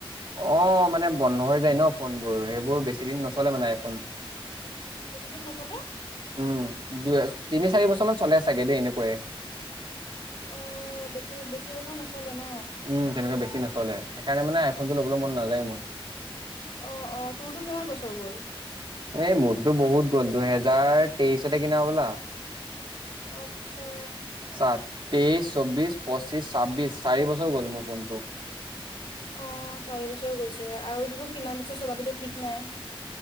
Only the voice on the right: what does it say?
অ মানে বন্ধ হৈ যায় ন ফোনবোৰ সেইবোৰ বেছি দিন নচলে মানে আইফোন
উম দুই তিনি চাৰি বছৰমানান চলে চাগে দেই এনেকুৱাইে
উম তেনেকুৱা বেছি নচলে সেই কাৰণে মানে আইফোনটো ল'বলৈ মন নাযায় মোৰ
এই মোৰতো বহুত গ'ল দুহেজাৰ তেইশতে কিনা ব'লা
চা তেইশ চৌবিশ পঁচিশ ছাব্বিশ চাৰি বছৰ গ'ল মোৰ ফোনটো